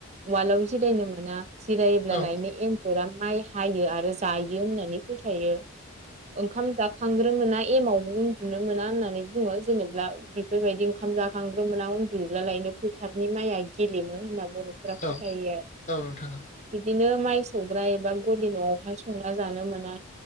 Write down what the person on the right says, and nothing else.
उवालाव जिरायनो मोना । जिरायोब्ला
लायनो एन्जरा माइ हायो आरो जायो होननानै फोथायो । ओंखाम जाखांग्रोन मोना एमावबो उन्दुनो मोना होननानै बुङो । जेनेब्ला बेफोरबायदि ओंखाम जाखांग्रोमोना उन्दुला लायनो फोथारनि माइया गेलेमो होनना बर' फोरा फोथायो
आरो ।
बिदिनो माइ सौग्रा एबा गलि न'आव हाय संना जानो मोना ।